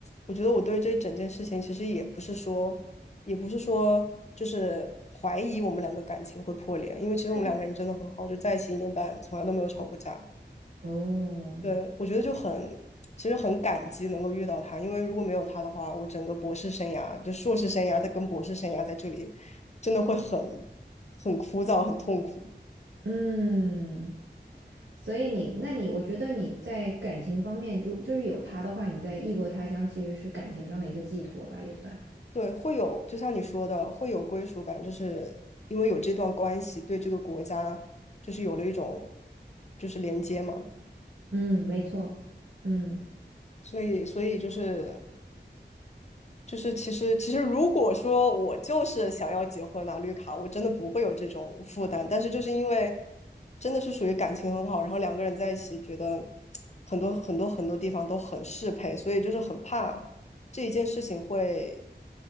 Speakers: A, on the left; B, on the right.
A: 我觉得我对这整件事情其实也不是说，也不是说就是怀疑我们两个感情会破裂，因为其实我们两个感情真的很好，
B: 对对
A: 就在一起一年半，从来都没有吵过架。
B: 哦，
A: 对，我觉得就很，其实很感激能够遇到他，因为如果没有他的话，我整个博士生涯，就硕士生涯，再跟博士生涯在这里，真的会很很枯燥，很痛苦。
B: 嗯，所以你，那你，我觉得你在感情方面，如就是有他的话，你在异国他乡其实是感情上的一个寄托吧，也算。
A: 对，会有，就像你说的，会有归属感，就是因为有这段关系，对这个国家就是有了一种就是连接嘛，
B: 嗯，没错。嗯。
A: 所以所以就是就是其实其实如果说我就是想要结婚拿绿卡，我真的不会有这种负担，但是就是因为真的是属于感情很好，然后两个人在一起觉得很多很多很多地方都很适配，所以就是很怕这一件事情会